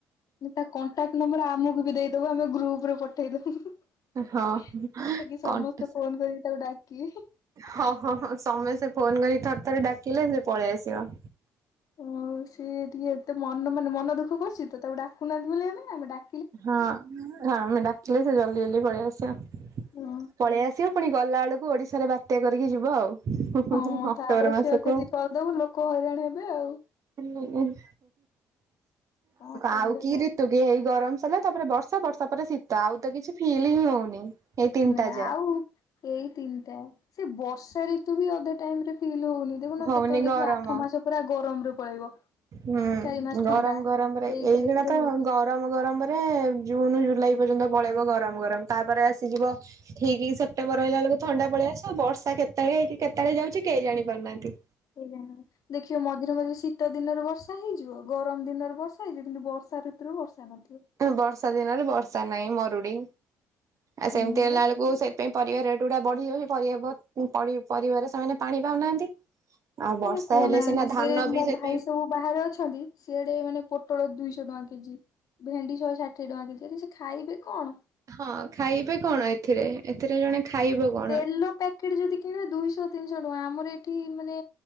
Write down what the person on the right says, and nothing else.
ହଁ
କଣ୍ଟା
ହଁ ହଁ ହଁ ସମସ୍ତେ ଫୋନ କରି ଥର ଥରେ ଡାକିଲେ ସେ ପଳେଇ ଆସିବ।
ହଁ ହଁ ଆମେ ଡାକିଲେ ସେ ଜଲଦି ଜଲଦି ପଳେଇ ଆସିବ
ପଳେଇ ଆସିବ ପୁଣି। ଗଲା ବେଳକୁ ଓଡିଶାରେ ବାତ୍ୟା କରିକି ଯିବ ଆଉ।
ଅକ୍ଟୋବର
ମାସକୁ
ହଁ
ଆଉ କି ରିତୁ। ହେଇ ଗରମ ସରିଲା ତାପରେ ବର୍ଷା ବର୍ଷା ପରେ ଶୀତ ଆଉ ତ କିଛି ଫିଲ ହିଁ ହଉନି। ଏଇ ତିନିଟା
ଯା
ହଉନି
ଗରମ।
ହୁଁ
ଗରମ
ଗରମରେ
ଏଇଗୁଡା
ତ
ଗରମ। ଗରମ ଗରମରେ ଜୁନ ଜୁଲାଇ ପର୍ଯ୍ୟନ୍ତ ପଳେଇବ ଗରମ ଗରମ ତାପରେ ଆସିଯିବ ଠିକ ସେ ଅକ୍ଟବର ହେଲା ବଳକୁ ଥଣ୍ଡା ପଳେଇ ଆସିବ ବର୍ଷା କେତେବେଳେ ହେଇକି କେତେବେଳେ ଯାଉଛି କେହି ଜାଣିପାରୁନାହାନ୍ତି।
ବର୍ଷା ଦିନରେ ବର୍ଷା ନାହିଁ ମରୁଡି ଆ ସେମିତି
ହେଲା ବେଳକୁ ସେଥ ପରିବା ରେଟ ଗୁଡା ବଢିଯାଉଛି ପର ପରିବରେ ସେମାନେ ପାଣି ପାଉନାହାନ୍ତି। ଆଉ
ବର୍ଷା
ହେଲେ ସିନା
ଧାନ ବି
ସେଥିପାଇଁ
ହଁ ଖାଇବେ କଣ ଏଥିରେ ଏଥିରେ ଜଣେ ଖାଇବ କଣ